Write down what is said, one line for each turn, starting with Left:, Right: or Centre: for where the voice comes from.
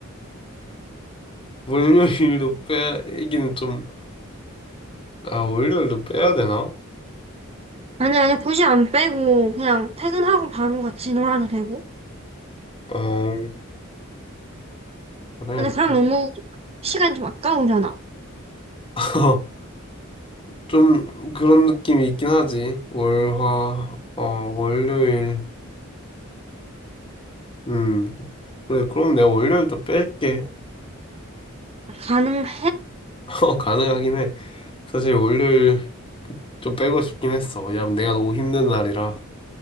Left: 월요일도 빼기는 좀, 아, 월요일도 빼야 되나?
Right: 아니, 아니, 굳이 안 빼고 그냥 퇴근하고 바로 같이 놀아도 되고?
Left: 어, 그래.
Right: 근데 그럼 너무 시간이 좀 아까우려나?
Left: <laughs> 좀 그런 느낌이 있긴 하지. 월화, 어, 월요일. 음. 그래, 그럼 내가 월요일도 뺄게.
Right: 가능해?
Left: <laughs> 가능하긴 해. 사실 월요일 좀 빼고 싶긴 했어. 왜냐면 내가 너무 힘든 날이라.